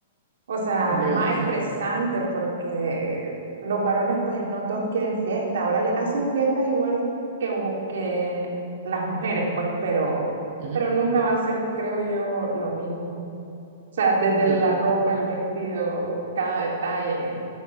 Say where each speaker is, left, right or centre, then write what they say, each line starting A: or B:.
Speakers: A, on the right; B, on the right.
A: o sea,
B: complicado.
A: más estresante
B: <laughs>
A: porque los varones pues no todos quieren fiesta. Ahora les hacen fiestas igual que, u- que las mujeres, pues, pero,
B: Ujú,
A: pero nunca va a ser, creo yo, lo mismo. O sea, desde la
B: sí,
A: ropa, el vestido, cada detalle.